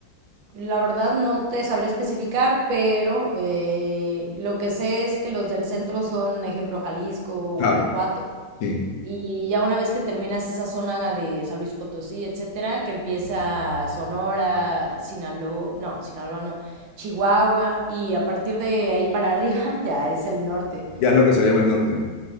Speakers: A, on the right; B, on the left.
A: la verdad no te sabré especificar, pero eh, lo que sé es que los del centro son, ejemplo, Jalisco, Guanajuato,
B: Claro, sí.
A: Y ya una vez que terminas esa zona de San Luis Potosí, etcétera, que empieza Sonora, Sinaloa, no, Sinaloa no, Chihuahua, y a partir de ahí para arriba <laughs> ya es el norte.
B: Ya es lo que se llama el norte.